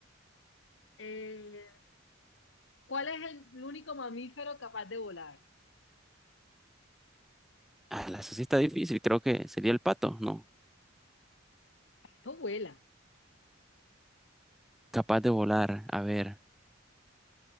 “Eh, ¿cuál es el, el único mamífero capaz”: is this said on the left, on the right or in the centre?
Left